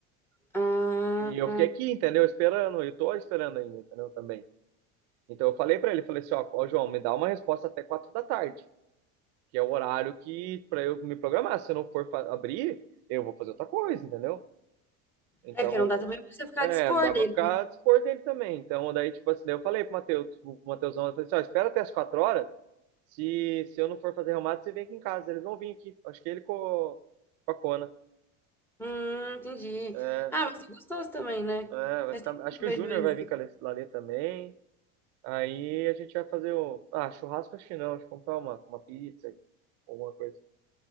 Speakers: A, in the centre; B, on the right (about 50°).
A: Ah,
B: E eu fiquei aqui, entendeu? Esperando, eu tô esperando ainda, entendeu? Também. Então eu falei para ele, falei assim, ó, ó, João, me dá uma resposta até quatro da tarde. que é o horário que para eu me programar. Se eu não for fa- abrir, eu vou fazer outra coisa, entendeu? Então,
A: é porque não dá também pra você ficar
B: é,
A: a dispor
B: dá pra
A: dele.
B: ficar
A: né?
B: a dispor dele também. Então, daí, tipo assim, daí eu falei pro Matheus, pro Matheusão, eu falei assim, ó, espera até as quatro horas. Se, se eu não for fazer remate, você vem aqui em casa. Eles vão vir aqui. Acho que ele com, com a Cona.
A: Hum, entendi.
B: É,
A: Ah, mas é gostoso também, né?
B: é, vai
A: Faz
B: ficar-
A: tempo que
B: acho
A: eu não
B: que
A: vejo
B: o Júnior
A: eles.
B: vai vir com a Lale Lale também. Aí a gente vai fazer o. Ah, churrasco acho que não. Acho que comprar uma, uma pizza, alguma coisa.